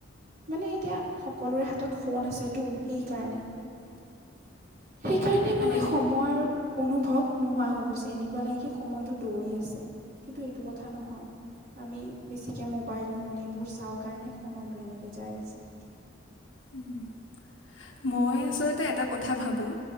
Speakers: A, on the right (about 55°); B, on the left (about 85°).
A: মানে এতিয়া সকলোৰে হাতত ফোন আছেতো সেইকাৰণে
B: <inaudible>
A: সেইকাৰণে
B: হয়
A: মানে সময়ৰ, অনুভৱ নোহোৱা হৈ গৈছে, এনেকুৱা লাগেকি সময়টো দৌৰি আছে কিন্তু এইটো কথা নহয়। আমি বেছিকৈ মোবাইল ফোন এইবোৰ চাওঁ কাৰণে সময়টো এনেকে যাই আছে।
B: উম। মই আচলতে এটা কথা ভাবোঁ।